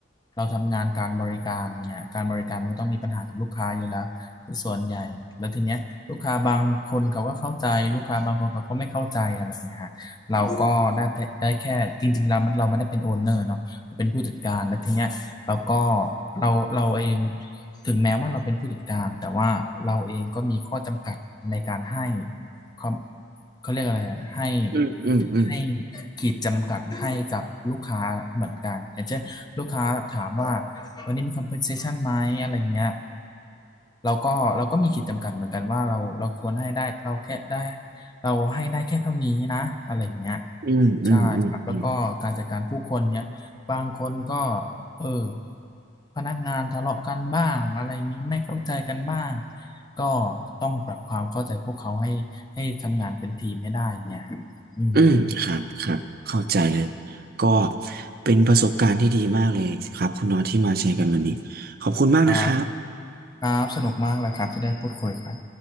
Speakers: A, on the left; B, on the right.
A: เราทำงานการบริการเนี่ยการบริการมันก็ต้องมีปัญหากับลูกค้าอยู่แล้วส่วนใหญ่แล้วทีเนี้ยลูกค้าบางคนเขาก็เข้าใจลูกค้าบางคนเขาก็ไม่เข้าใจอะไรเงี้ยฮะเราก็ได้แต่ได้แค่จริงๆเรามันเราไม่ได้เป็นโอนเนอร์เนาะเราเป็นผู้จัดการแล้วทีเนี้ยเราก็เราเราเองถึงแม้ว่าเราเป็นผู้จัดการแต่ว่าเราเองก็มีข้อจำกัดในการให้ ความเขาเรียกอะไรอะให้
B: อืมอืม
A: ให้ขีดจำกัดให้กับลูกค้าเหมือนกันอย่างเช่นลูกค้าถามว่าวันนี้มี compensation ไหมอะไรเงี้ยเราก็เราก็มีขีดจำกัดเหมือนกันว่าเราเราควรให้ได้เราแค่ได้เราให้ได้แค่เท่านี้นะอะไรเงี้ย
B: อืมอืมอืมอืมอืม
A: ใช่ครับแล้วก็การจัดการผู้คนเนี้ยบางคนก็เออพนักงานทะเลาะกันบ้างอะไรนี้ไม่เข้าใจกันบ้างก็ต้องปรับความเข้าใจพวกเขาให้ ให้ทำงานเป็นทีมไม่ได้เงี้ยอืม
B: อืม ครับ ครับ เข้าใจเลย ก็เป็นประสบการณ์ที่ดีมากเลยครับคุณน็อตที่มาแชร์กันวันนี้ ขอบคุณมากนะครับ
A: ครับครับ สนุกมากเลยครับที่ได้พูดคุยครับ